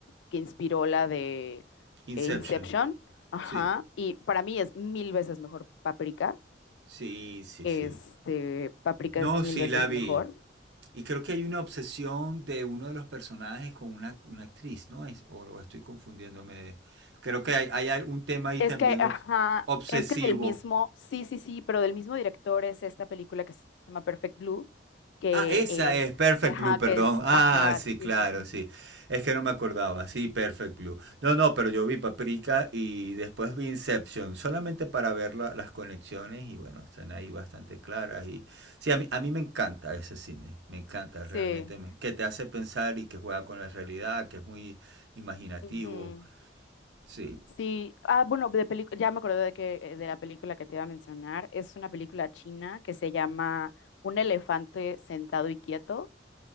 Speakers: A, on the left; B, on the right.
A: que inspiró la de
B: Inception.
A: eh, Inception. Ajá,
B: Sí,
A: y para mí es mil veces mejor Paprika.
B: sí, sí,
A: Este,
B: sí.
A: Paprika
B: No,
A: es mil
B: sí,
A: veces
B: la vi.
A: mejor.
B: Y creo que hay una obsesión de uno de los personajes con una, una actriz, ¿no es? O lo estoy confundiéndome. Creo que hay, hay un tema ahí
A: Es
B: también
A: que, ajá,
B: ob- obsesivo.
A: es que del mismo, sí, sí, sí, pero del mismo director es esta película que se llama Perfect Blue, que
B: Ah, esa
A: es,
B: es Perfect
A: ajá,
B: Blue, perdón.
A: que es,
B: Ah,
A: ajá,
B: sí,
A: sí,
B: claro,
A: sí, sí,
B: sí.
A: sí.
B: Es que no me acordaba. Sí, Perfect Blue. No, no, pero yo vi Paprika y después vi Inception, solamente para ver la- las conexiones y bueno, están ahí bastante claras. Y sí, a mí, a mí me encanta ese cine, me encanta
A: Sí,
B: realmente, me- que te hace pensar y que juega con la realidad, que es muy imaginativo.
A: ujú,
B: Sí.
A: Sí, ah, bueno, de pelic- ya me acordé de que, eh, de la película que te iba a mencionar, es una película china que se llama Un elefante sentado y quieto,